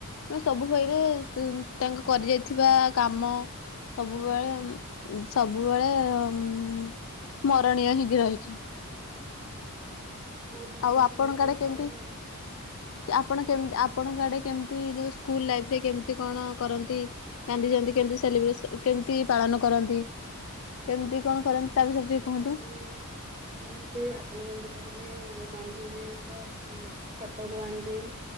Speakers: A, on the left; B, on the right.
A: ହଁ ସବୁ ବହି ରେ ସେ ତାଙ୍କ କରି ଯାଇଥିବା କାମ। ସବୁବେଳେ ସବୁବେଳେ ଉ ସ୍ମରଣୀୟ ହେଇକି ରହିଛି।
B: ବହୁତ ଧୁମଧାମରେ
A: ଆଉ ଆପଣଙ୍କ
B: ପାଳନ
A: ଆଡେ କେମିତି?
B: କର
A: ଆପଣ କେମ୍ ଆପଣଙ୍କ ଆଡେ କେମିତି ଯୋଉ ସ୍କୁଲ ଲାଇଫ୍ ରେ କେମିତି କଣ କରନ୍ତି? ଗାନ୍ଧୀ ଜୟନ୍ତୀ କେମିତି ସେଲିବ୍ରେସ କେମିତି ପାଳନ କରନ୍ତି କେମତି କଣ କରନ୍ତି। ତା ବିଷୟରେ ଟିକେ
B: ଆମର
A: କୁହନ୍ତୁ
B: ବି ସେମିତି ଆପଣ ଯେମିତି କହିଲେ ଗାନ୍ଧିଜୀ ଙ୍କ ଫଟୋକୁ ଆଣିଦେଇ,